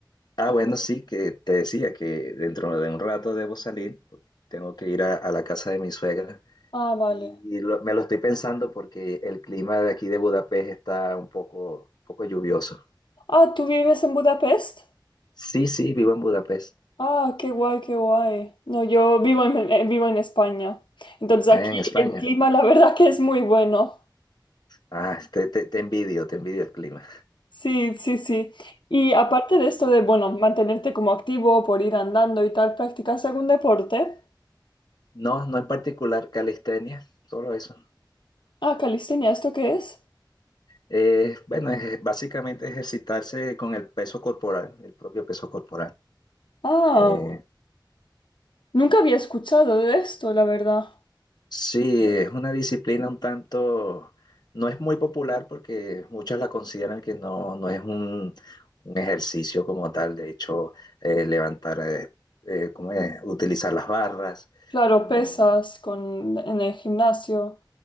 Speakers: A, on the left; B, on the left.
A: Ah, bueno, sí, que te decía que dentro de un rato debo salir, porque tengo que ir a, a la casa de mi suegra.
B: Ah, vale.
A: Y lo- me lo estoy pensando porque el clima de aquí de Budapest está un poco, un poco lluvioso.
B: Ah, ¿tú vives en Budapest?
A: Sí, sí, vivo en Budapest,
B: Ah, qué guay, qué guay. No, yo vivo en, eh, vivo en España. Entonces
A: ¿eh?
B: aquí
A: en España.
B: el clima, la verdad que es muy bueno.
A: Ah, te, te, te envidio, te envidio el clima.
B: Sí, sí, sí. Y aparte de esto de, bueno, mantenerte como activo por ir andando y tal, ¿practicas algún deporte?
A: No, no en particular calistenia, solo eso.
B: Ah, calistenia, ¿esto qué es?
A: Eh, bueno, es- básicamente ejercitarse con el peso corporal, el propio peso corporal.
B: Ah,
A: Eh,
B: nunca había escuchado de esto, la verdad.
A: sí, es una disciplina un tanto, no es muy popular porque muchos la consideran que no, no es un, un ejercicio como tal. De hecho, eh, levantar, eh, eh, ¿cómo es? Utilizar las barras,
B: Claro,
A: mm,
B: pesas con, en el gimnasio.